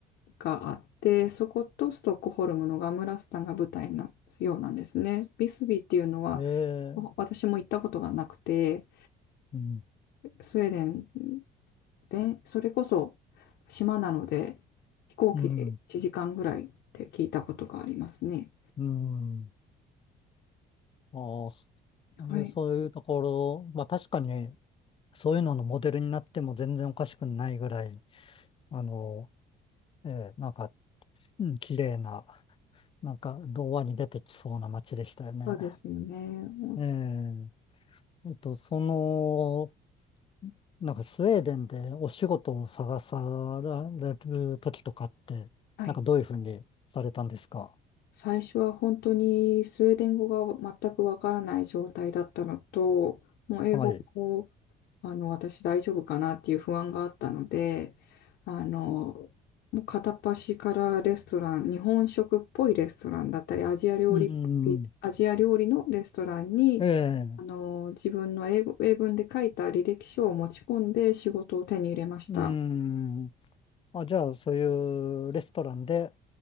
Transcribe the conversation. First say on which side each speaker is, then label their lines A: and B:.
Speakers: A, on the left (about 75°); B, on the left (about 30°).
A: があって、そことストックホルムのガムラスタンが舞台になったようなんですね。ビスビーっていうのは、
B: へえ、
A: お私も行ったことがなくて、
B: うん、
A: スウェーデンで、それこそ島なので、飛行機で1時間ぐらいって聞いたことがありますね。
B: うん、うん。ああそえーそういうところ、
A: はい。
B: まあ確かに、そういうののモデルになっても全然おかしくないぐらい、あの、ええなんか、うん、綺麗な、なんか、童話に出てきそうな街でしたよね。
A: そうですよね。おうち
B: えええっと、その、なんか、スウェーデンでお仕事を探される時とかって、
A: はい
B: なんか、どういうふうにされたんですか
A: 最初は本当にスウェーデン語が全くわからない状態だったのと、もう英語も
B: はい。
A: あの私大丈夫かなっていう不安があったので、あの、もう片っ端からレストラン、日本食っぽいレストランだったり、アジア料理っぽい、
B: うん、
A: アジア料理のレストランに、
B: ええ
A: あの、自分の英語、英文で書いた履歴書を持ち込んで仕事を手に入れました。
B: うん。あ、じゃあ、そういうレストランで